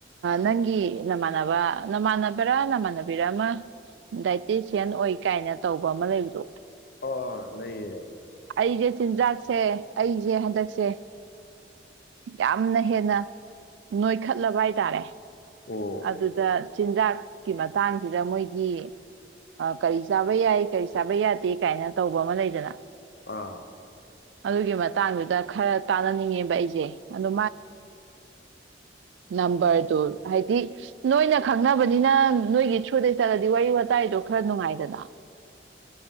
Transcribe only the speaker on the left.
ꯑ ꯂꯩꯌꯦ
ꯑꯣ
ꯑꯥ